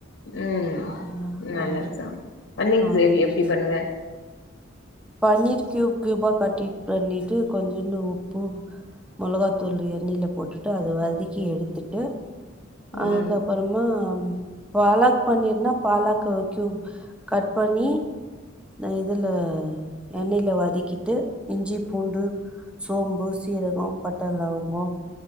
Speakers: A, on the left (about 70°); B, in the centre.
A: ம்
B: ஆ
A: நல்லதுதான்
B: ஆ
A: பன்னீர்
B: ஆ
A: கிரேவி எப்டி பண்ணுவ
B: பன்னீர் கியூப் கியூபா கட்டிட் பண்ணிட்டு கொஞ்சோண்டு உப்பு மொளகாத்தூள் எண்ணயில போட்டுட்டு அது வதக்கி எடுத்துட்டு அதுக்
A: ம்
B: அப் புறமா பாலாக் பண்ணிருன்னா பாலாக்க ஒரு கயூப் கட் பண்ணி இந்த இதுல எண்ணெய்ல வதக்கிட்டு இஞ்சி பூண்டு சோம்பு சீரகம் பட்ட லவங்கோ